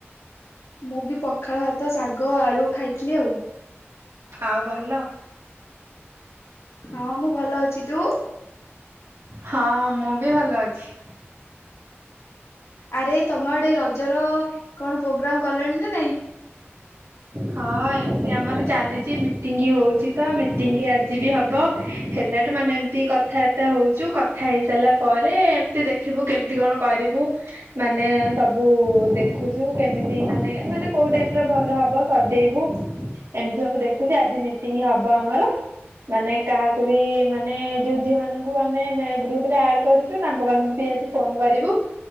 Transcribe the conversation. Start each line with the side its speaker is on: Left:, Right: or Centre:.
Left: ମୁଁ ବି ପଖାଳ ଭାତ ଶାଗ ଆଳୁ ଖାଇଥିଲି ଆଉ
Right: ଆଉ ଭଲ?
Left: ହଁ ମୁଁ ଭଲ ଅଛି। ତୁ?
Right: ହଁ ମୁଁ ବି ଭଲ ଅଛି।
Left: ଆରେ ତମ ଆଡେ ର ଜର କଣ ପ୍ରୋଗ୍ରାମ କଲେଣି ନା ନାଇଁ?
Right: ହଁ ଏମତି ଆମର ଚାଲିଚି ମିଟିଙ୍ଗ ହଉଛି ତ ମିଟିଂ ଆଜି ବି ହବ ହେଲା ଟ ମାନେ ଏମିତି କଥାବାର୍ତ୍ତା ହଉଛୁ କଥା ହେଇ ସାରିଲା ପରେ ଏମତି ଦେ ଦେଖିବୁ କେମତି କଣ କରିବୁ ମାନେ ସବ ବୁ ଦେଖୁଛୁ କେମିତି ମାନେ ମାନେ କୋଉ ଟାଇପ ର ଭଲ ହବ ସଜେଇବୁ ଏମିତି ସବୁ ଦେଖୁଚି ଆଜି ମିଟିଂ ହବ ଆମର ମାନେ କାହାକୁ ବି ମାନେ ଯୋଉ ଝିଅ ମାନଙ୍କୁ ଆମେ ମେ ଗ୍ରୁପରେ ଆଡ କରି ଚୁ ତାଙ୍କ ମାନଙ୍କୁ ବି ଆଜି ଫୋନ କରିବୁ